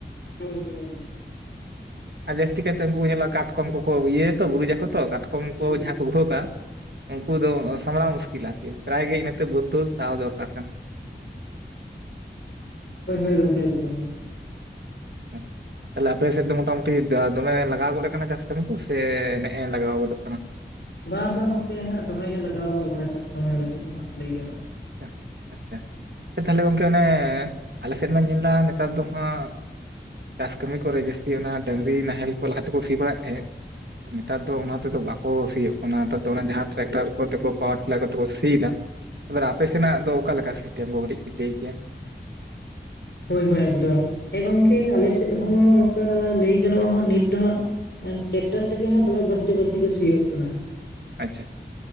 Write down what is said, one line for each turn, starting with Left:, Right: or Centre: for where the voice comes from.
Left: <inaudible>
Right: ᱟᱨ ᱡᱟᱹᱥᱛᱤ ᱠᱟᱭᱛᱮ ᱩᱱᱠᱩ ᱠᱚ ᱧᱮᱞᱚᱜ-ᱟ ᱠᱟᱴᱠᱚᱢ ᱠᱚᱠᱚ ᱤᱭᱟᱹᱭᱟ ᱛᱚ ᱵᱩᱨᱩᱡᱟᱠᱚ ᱛᱚ ᱠᱟᱴ ᱠᱚᱢ ᱠᱚ
Left: ᱦᱳᱭ
Right: ᱡᱟᱦᱟᱸ ᱠᱚ ᱜᱷᱳᱠ-ᱟ ᱩᱱᱠᱩ ᱫᱚ ᱥᱟᱢᱲᱟᱣ ᱢᱩᱥᱠᱤᱞ ᱟᱨᱠᱤ ᱯᱨᱟᱭ ᱜᱮ ᱤᱱᱟᱹᱛᱮ ᱵᱟᱹᱫᱽ ᱫᱚ ᱛᱟᱣ ᱫᱚᱨᱠᱟᱨ ᱠᱟᱱᱟ᱾
Left: ᱦᱳᱭ ᱦᱳᱭ ᱜᱚᱢᱠᱮ ᱮᱠᱫᱚᱢ᱾
Right: ᱦᱩᱸ, ᱛᱟᱦᱞᱮ ᱟᱯᱮ ᱥᱮᱫ ᱫᱚ ᱢᱚᱴᱟᱢᱩᱴᱤ ᱫᱚᱢᱮ ᱞᱟᱜᱟᱣ ᱜᱚᱫ ᱠᱟᱱᱟ ᱪᱟᱥ ᱠᱟᱹᱢᱤ ᱠᱚ ᱥᱮ ᱱᱮᱜ ᱮ ᱞᱟᱜᱟᱣ ᱜᱚᱫᱚᱜ ᱠᱟᱱᱟ?
Left: ᱵᱟᱝ ᱵᱟᱝ ᱜᱚᱢᱠᱮ ᱦᱟᱸᱜ ᱫᱚᱢᱮ ᱜᱮ ᱞᱟᱜᱟᱣ ᱜᱚᱜ ᱠᱟᱱᱟ ᱪᱟᱥ ᱠᱟᱹᱢᱤ ᱟᱞᱮ ᱥᱮᱫ ᱫᱚ ᱦᱟᱸᱜ ᱞᱟᱹᱭ ᱜᱟᱱᱚᱜ
Right: <inaudible> ᱛᱟᱦᱞᱮ ᱜᱚᱝᱠᱮ ᱚᱱᱮ ᱟᱞᱮ ᱥᱮᱫ ᱢᱟ ᱧᱮᱞ ᱫᱟ ᱱᱮᱛᱟᱨ ᱫᱚ ᱦᱟᱸᱜ ᱪᱟᱥ ᱠᱟᱹᱢᱤ ᱠᱚᱨᱮ ᱡᱟᱹᱥᱛᱤ ᱚᱱᱟ ᱰᱟᱹᱝᱨᱤ ᱱᱟᱦᱮᱞ ᱠᱚ ᱞᱟᱦᱟ ᱛᱮᱠᱚ ᱥᱤ ᱵᱟᱲᱟᱭᱮᱫ ᱛᱟᱦᱮᱸᱫ, ᱱᱮᱛᱟᱨ ᱫᱚ ᱚᱱᱟ ᱛᱮᱫᱚ ᱵᱟᱠᱚ ᱥᱤᱭᱳᱜ ᱠᱟᱱᱟ ᱱᱮᱛᱟᱨ ᱫᱚ ᱚᱱᱟ ᱡᱟᱦᱟᱸ ᱴᱨᱟᱠᱴᱟᱨ ᱠᱚᱛᱮ ᱠᱚ ᱯᱟᱣᱟᱨᱴᱤᱞᱟᱨ ᱠᱚᱛᱮ ᱠᱚ ᱥᱤᱭᱫᱟ, ᱮᱵᱟᱨ ᱟᱯᱮ ᱥᱮᱱᱟᱜ ᱫᱚ ᱚᱠᱟ ᱞᱮᱠᱟ ᱥᱤᱥᱴᱮᱢ ᱠᱚ ᱠᱟᱹᱴᱤᱡ ᱵᱤᱱ ᱞᱟᱹᱭ ᱠᱮᱭᱟ?
Left: ᱦᱳᱭ ᱦᱳᱭ ᱮᱠᱫᱚᱢ ᱦᱮᱸ ᱜᱚᱢᱠᱮ ᱟᱞᱮ ᱥᱮᱫ ᱦᱚᱸ ᱱᱚᱝᱠᱟ ᱞᱟᱹᱭ ᱜᱟᱱᱚᱜᱼᱟ ᱦᱟᱸᱜ ᱱᱤᱛ ᱦᱟᱸᱜ ᱴᱮᱠᱴᱟᱨ ᱛᱮᱜᱮ ᱦᱟᱸᱜ ᱫᱚᱢᱮ ᱵᱟᱹᱲᱛᱤ ᱵᱟᱹᱲᱛᱤ ᱜᱮ ᱥᱤᱭᱳᱜ ᱠᱟᱱᱟ᱾
Right: ᱟᱪᱪᱷᱟ,